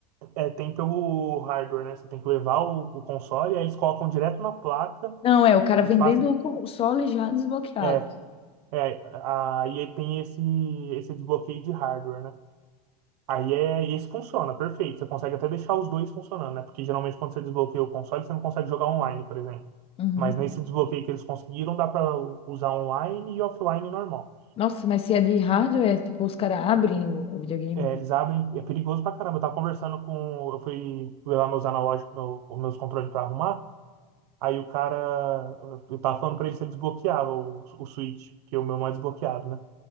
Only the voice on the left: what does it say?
Não, é o cara
vendendo
o console já desbloqueado.
Uhum.
Nossa, mas se é de hardware, tipo, os caras abrem o, o videogame.